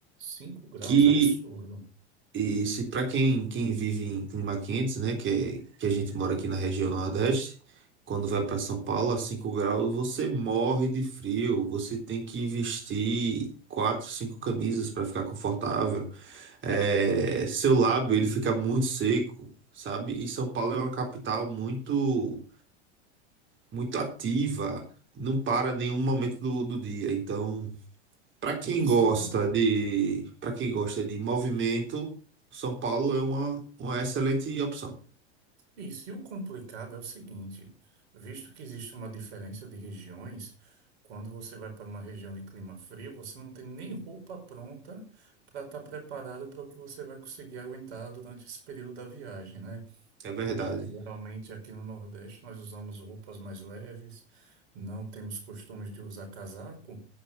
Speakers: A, on the right (about 70°); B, on the right (about 35°).
A: Cinco graus,
B: Que
A: absurdo.
B: e se para quem, quem vive em clima quentes, né, que é, que a gente mora aqui na região Nordeste, quando vai para São Paulo a 5 graus, você morre de frio, você tem que vestir quatro, cinco camisas para ficar confortável. É, seu lábio ele fica muito seco, sabe? E São Paulo é uma capital muito muito ativa, não para nenhum momento do, do dia. Então, para quem
A: Exatamente.
B: gosta de, para quem gosta de movimento, São Paulo é uma, uma excelente opção.
A: Isso. E o complicado é o seguinte, visto que existe uma diferença de regiões, quando você vai para uma região de clima frio, você não tem nem roupa pronta para estar preparado para o que você vai conseguir aguentar durante esse período da viagem, né?
B: É verdade.
A: Já que geralmente aqui no Nordeste nós usamos roupas mais leves, não temos costumes de usar casaco,